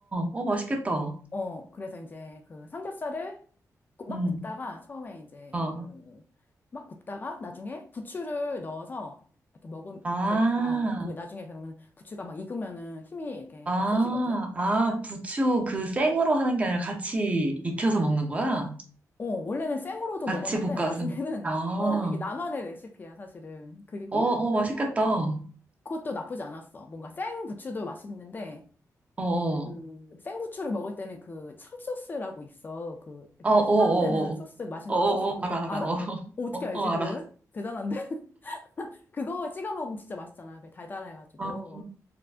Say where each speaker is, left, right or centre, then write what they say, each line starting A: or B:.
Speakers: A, on the right; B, on the left.
A: 어, 맛있겠다.
B: 어, 그래서 이제 그 삼겹살을 구- 막
A: 음.
B: 굽다가 처음에 이제
A: 어.
B: 그 막 굽다가 나중에 부추를 넣어서 이렇게 먹음
A: 아,
B: 곁, 어, 그 나중에 그러면 부추가 막 익으면은 힘이 이렇게
A: 아,
B: 없어지거든.
A: 아, 부추 그 생으로 하는 게 아니라 같이 익혀서 먹는 거야?
B: 어, 원래는 생으로도
A: 같이
B: 먹었는데
A: 볶아서.
B: 나중에는
A: 아,
B: <laughs>
A: 어,
B: 어, 이게 나만의 레시피야, 사실은. 그리고
A: 어, 맛있겠다. 어,
B: 그것도 나쁘지 않았어. 뭔가 생 부추도 맛있는데
A: 어,
B: 그 생고추를 먹을 때는 그 참소스라고 있어. 그 이렇게
A: 아, 어,
B: 시판되는
A: 어,
B: 소스, 맛있는
A: 어, 어, 어,
B: 소스
A: 어,
B: 있거든.
A: 알아,
B: 알아?
A: 알아. 어,
B: 어, 어떻게
A: 어,
B: 알지
A: 어, 알아.
B: 그거를? 대단한데? <laughs> 그거 찍어 먹으면 진짜 맛있잖아. 그 달달해가지고.
A: 어, 어,